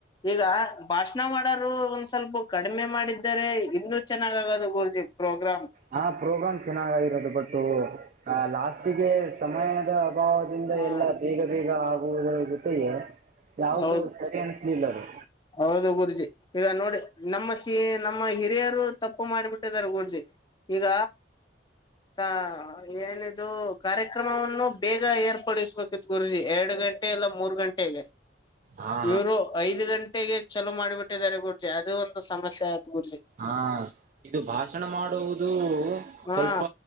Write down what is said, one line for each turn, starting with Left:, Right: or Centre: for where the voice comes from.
Left: ಈಗ ಭಾಷಣ ಮಾಡೋರು ಒಂದ್ ಸ್ವಲ್ಪ ಕಡಿಮೆ ಮಾಡಿದ್ದ ರೆ ಇನ್ನುೂ ಚೆನ್ನಾಗ ಆಗೋದು ಗುರುಜಿ ಪ್ರೋಗ್ರಾಮ್
Right: ಹ ಪ್ರೋಗ್ರಾಮ್ ಚೆನ್ನಾಗಾಗಿರೋದು ಬಟ್ಟೂ ಆ ಲಾಸ್ಟ್ಗೆ ಸಮಯದ ಅಭಾವದಿಂದ
Left: ಹಾ
Right: ಎಲ್ಲ ಬೇಗ ಬೇಗ ಆಗುವುದರ ಜೊತೆಗೆ ಯಾವುದುೂ
Left: ಹೌದು
Right: ಸರಿ ಅನ್ನಿಸಲಿಲ್ಲ ಅದು
Left: ಹೌದು ಗುರುಜಿ ಈಗ ನೋಡಿ ನಮ್ಮ ಸಿ ನಮ್ಮ ಹಿರಿಯರು ತಪ್ಪು ಮಾಡಿಬಿಟ್ಟು <unintelligible> ಈಗ ಹ ಏನಿದು ಕಾರ್ಯಕ್ರಮವನ್ನು ಬೇಗ ಏರ್ ಸಬೇಕಿತ್ತು ಗುರುಜಿ ಎರಡು ಗಂಟೆ ಇಲ್ಲ ಮೂರು ಗಂಟೆಗೆ
Right: ಹಾ
Left: ಇವರು ಐದು ಗಂಟೆ ಗೆ ಚಲೋ ಮಾಡಿಬಿಟ್ಟಿದ್ದಾರೆ ಗುರ್ಜಿ ಅದು ಒಂದು ಸಮಸ್ಯೆ ಗುರ್ಜಿ
Right: ಹಾ ಇದು ಭಾಷಣ ಮಾಡುವುದು
Left: ಹಾ
Right: ಸ್ವಲ್ಪ